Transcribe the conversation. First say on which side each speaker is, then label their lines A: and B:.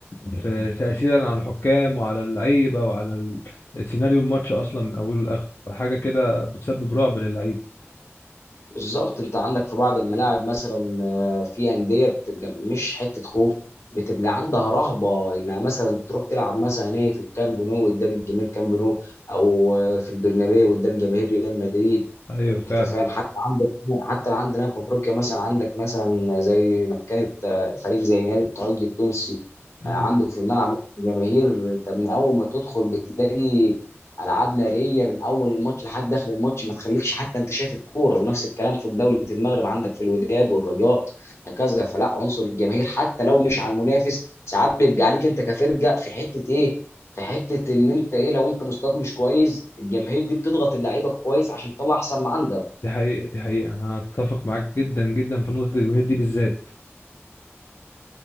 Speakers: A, on the left; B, on the left.
A: في تاثيرا على الحكام وعلى اللعيبه وعلى ال- سيناريو الماتش اصلا من اوله لاخره فحاجه كده بتسبب رعب للعيبه
B: بالظبط انت عندك في بعض الملاعب مثلا آه، في انديه بتبقى مش حته خوف بتبقى عندها رهبه انها مثلا تروح تلعب مثلا ايه في الكامب نو قدام جماهير كامب نو او آه، في البرنابيو قدام جماهير ريال مدريد
A: ايوه
B: آه،
A: فعلا
B: انت فاهم حتى عندك حتى عندنا في افريقيا مثلا عندك مثلا زي ما كانت آه، فريق زي نادي الترجي التونسي
A: مم.
B: آه، عنده في الملعب جماهير انت من اول ما تدخل بتلاقي العاب ناريه من اول الماتش لحد اخر الماتش ما تخليكش حتى انت شايف الكوره ونفس الكلام في دوله المغرب عندك في الوداد والرجاء هكذا فلا عنصر الجماهير حتى لو مش على المنافس ساعات بيبقى عليك انت كفرقه في حته ايه في حته ان انت ايه لو انت مستواك مش كويس الجماهير دي بتضغط اللعيبه كويس عشان تطلع احسن ما عندها
A: دي حقيقة دي حقيقة أنا أتفق معاك جدا جدا في نقطة الجماهير دي بالذات